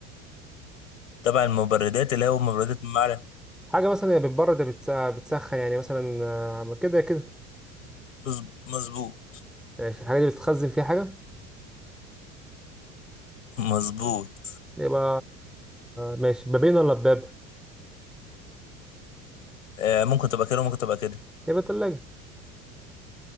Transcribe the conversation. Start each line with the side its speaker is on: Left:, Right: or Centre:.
Left: تبع المبردات اللي هو مبردات المعدن
Centre: حاجه مثلا هي بتبرد يا بتس- بتسخن يعني مثلا آه، كده كده
Left: مظ- مظبوط
Centre: ماشي الحاجة دي بتتخزن فيها حاجة
Left: مظبوط
Centre: يبقى ماشي بابين ولا باب
Left: آه ممكن تبقى كده وممكن تبقى كده
Centre: يبقى تلاجة